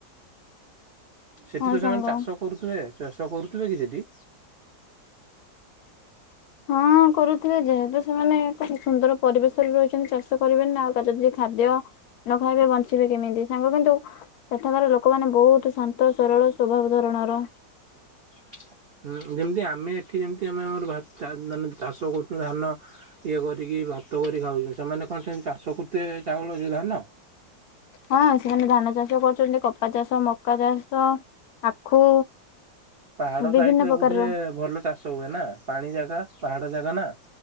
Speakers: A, on the right; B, on the left.
A: ସେଠିତ
B: ହଁ
A: ସେମାନେ
B: ସାଙ୍ଗ।
A: ଚାଷ କରୁଥିବେ ଚାଷ କରୁଥିବେକି ସେଠି? <inaudible>
B: ହଁ କରୁଥିବେ ଯେହେତୁ ସେମାନେ ଏକ ସୁନ୍ଦର ପରିବେଶରେ ରହିଚନ୍ତି ଚାଷ କରିବେନିନା ଆଉ କାଯଦି ଖାଦ୍ୟ ନ ଖାଇବେ ବଞ୍ଚିବେ କେମିତି ସାଙ୍ଗ କିନ୍ତୁ ସେଠାକାର ଲୋକମାନେ ବୋହୁତ୍ ଶାନ୍ତ ସରଳ ସ୍ୱଭାବ ଧରଣର।
A: <inaudible> ହୁଁ ଯେମତି ଆମେ ଏଠି ଯେମିତି ଆମେ ଆମର ଭା ଚା ମାନେ ଚାଷ କରୁଚୁ ଧାନ ଇଏ କରିକି ଭାତ କରିକି ଖାଉଚୁ ସେମାନେ କଣ ସେମିତି ଚାଷ କରଥୁବେ ଚାଉଳ ସେଧାନ?
B: ହଁ ସେମାନେ ଧାନ ଚାଷ କରୁଚନ୍ତି କପା ଚାଷ ମକା ଚାଷ ଆଖୁ
A: ପାହାଡ଼
B: ବିଭିନ୍ନ
A: ସାଇଟରେ
B: ପ୍ରକାରର
A: ବୋଧେ ଭଲ ଚାଷ ହୁଏନା ପାଣି ଜାଗା ପାହାଡ଼ ଜାଗାନା।